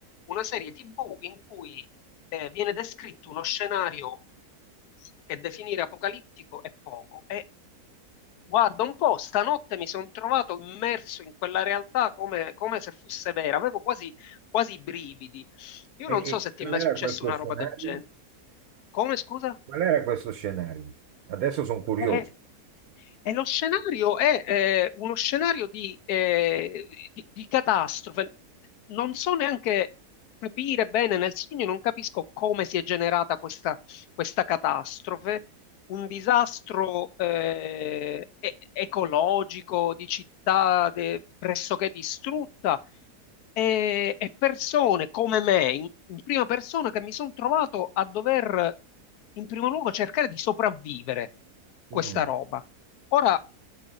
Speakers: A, on the left; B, on the right.
A: una serie TV in cui eh, viene descritto uno scenario che definire apocalittico è poco, è Guarda, un po', stanotte mi sono trovato immerso in quella realtà come, come se fosse vera, avevo quasi, quasi i brividi. Io non
B: E,
A: so
B: e
A: se ti
B: qual
A: è mai
B: era
A: successo
B: questo
A: una
B: scenario?
A: roba del genere. Come, scusa?
B: Qual era questo scenario? Adesso sono curioso.
A: Eh, e lo scenario è eh, uno scenario di, eh, di- di catastrofe. Non so neanche capire bene nel segno, non capisco come si è generata questa, questa catastrofe. Un disastro eh, e- ecologico di città de- pressoché distrutta e, e persone come me, in, in prima persona, che mi sono trovato a dover, in primo luogo, cercare di sopravvivere questa
B: Mm.
A: roba. Ora,